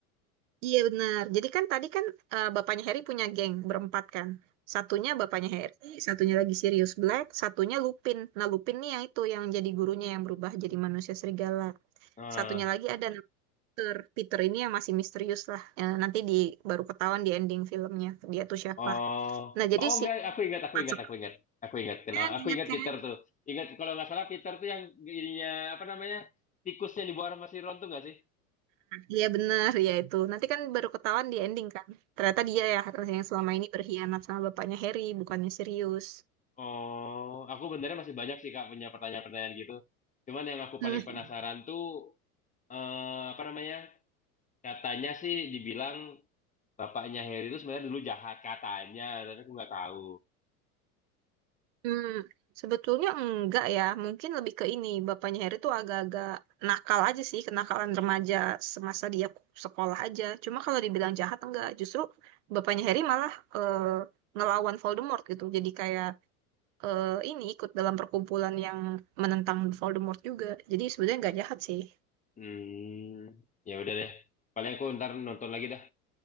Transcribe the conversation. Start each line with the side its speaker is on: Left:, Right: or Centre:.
Right: Iya benar. Jadi kan tadi kan eh, bapaknya Harry punya geng berempat kan. Satunya bapaknya Harry, satunya lagi Sirius Black, satunya Lupin. Nah Lupin nih yang itu yang jadi gurunya yang berubah jadi manusia serigala.
Left: Heeh.
Right: Satunya lagi ada Peter. Peter ini yang masih misterius lah. Eh, nanti di baru ketahuan di ending filmnya dia tuh siapa.
Left: Oh,
Right: Nah jadi
Left: oh
Right: si
Left: enggak, aku ingat, aku
Right: empat.
Left: ingat, aku ingat, aku ingat, kenal,
Right: Kan
Left: aku
Right: ingat
Left: ingat
Right: kan?
Left: Peter tuh, ingat kalau nggak salah Peter tuh yang ininya apa namanya tikusnya di bawah sama si Ron tuh nggak sih?
Right: Iya benar, ya itu. Nanti kan baru ketahuan di ending kan. Ternyata dia ya yang selama ini berkhianat sama bapaknya Harry, bukannya serius.
Left: Oh, aku benernya masih banyak sih Kak punya pertanyaan-pertanyaan gitu. Cuman yang aku
Right: Hmm.
Left: paling penasaran tuh eh, apa namanya? Katanya sih dibilang bapaknya Harry itu sebenarnya dulu jahat katanya, tapi aku nggak tahu.
Right: Hmm. Sebetulnya enggak ya, mungkin lebih ke ini. Bapaknya Harry tuh agak-agak nakal aja sih, kenakalan remaja semasa dia sekolah aja. Cuma kalau dibilang jahat enggak, justru bapaknya Harry malah eh, ngelawan Voldemort gitu. Jadi kayak eh, ini ikut dalam perkumpulan yang menentang Voldemort juga. Jadi sebenarnya enggak jahat sih.
Left: Hmm, ya udah deh. Paling aku ntar nonton lagi dah.